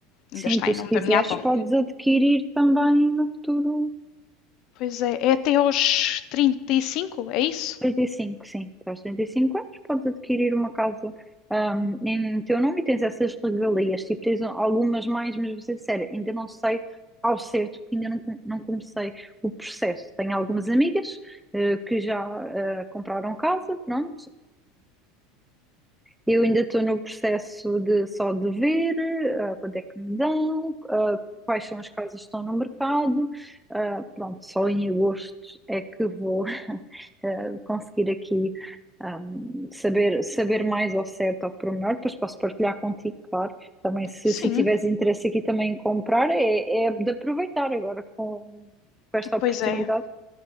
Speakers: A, on the left; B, in the centre.
A: Ainda
B: Sim,
A: está
B: tu
A: em nome
B: se quiseres
A: da minha avó.
B: podes adquirir também no futuro
A: Pois é, é até aos 35 é isso?
B: 35 sim. Aos 35 anos podes adquirir uma casa ahm, em teu nome e tens essas regalias. Tipo, tens algumas mais, mas vou ser sério, ainda não sei ao certo, porque ainda não, com- não comecei o processo. Tenho algumas amigas eh, que já eh, compraram casa, pronto, eu ainda estou no processo de só de ver ah, quanto é que me dão, ah, quais são as casas que estão no mercado. Ah, pronto, só em agosto é que vou <laughs> ah, conseguir aqui ah, saber, saber mais ao certo, ao pormenor. Depois posso partilhar contigo, claro. Também, se,
A: Sim,
B: se tiveres interesse aqui também em comprar, é, é de aproveitar agora com, com esta oportunidade.
A: pois é.